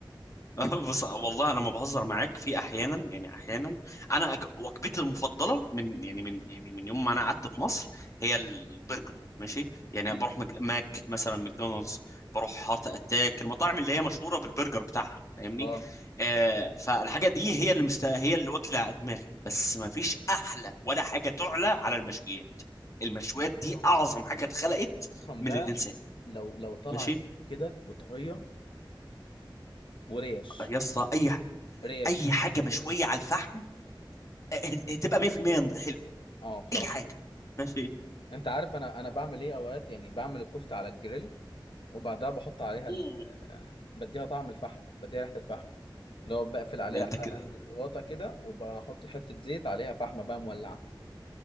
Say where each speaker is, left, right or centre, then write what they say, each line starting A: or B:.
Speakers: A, on the left; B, on the left.
A: <laughs> بص والله انا ما بهزر معاك في احيانا يعني احيانا انا أك- وجبتي المفضله من يعني من يعني من يوم ما انا قعدت في مصر هي البرجر ماشي يعني
B: مم.
A: بروح مج... ماك مثلا ماكدونالدز بروح هارت اتاك المطاعم اللي هي مشهوره بالبرجر بتاعها فاهمني
B: أه
A: آه فالحاجه دي هي اللي مست... هي اللي واكله دماغي بس ما فيش احلى ولا حاجه تعلى على المشويات المشويات دي
B: أه طبعا
A: اعظم حاجه اتخلقت
B: خصوصا
A: من
B: بقى
A: الانسان
B: لو لو طلعت
A: ماشي
B: بس كده وطرية وريش
A: يا اسطى اي
B: ريش
A: اي حاجه مشويه على الفحم إيه، تبقى 100% حلو
B: أه بصراحة
A: اي حاجه ماشي
B: أنت عارف أنا أنا بعمل إيه أوقات يعني بعمل الكفتة على الجريل وبعدها بحط عليها ال...
A: أوه.
B: آه، بديها طعم الفحم بديها ريحة الفحم اللي هو بقفل عليها
A: لا انت
B: ح-
A: كده
B: غطا كده وبحط حتة زيت عليها فحمة بقى مولعة